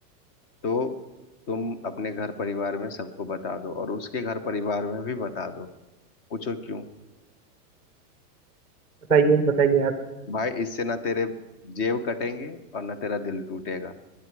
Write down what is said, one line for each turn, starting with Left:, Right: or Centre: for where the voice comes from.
Left: तो तुम अपने घर परिवार में सबको बता दो और उसके घर परिवार में भी बता दो पूछो क्यों
Centre: बताइए बताइए आप
Left: भाई इससे ना तेरे जेब कटेंगे और ना तेरा दिल टूटेगा